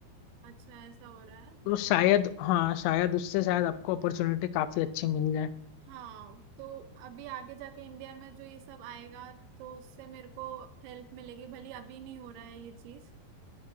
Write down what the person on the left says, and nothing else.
तो शायद हाँ शायद उससे शायद आपको अपॉर्चुनिटी काफी अच्छी मिल जाए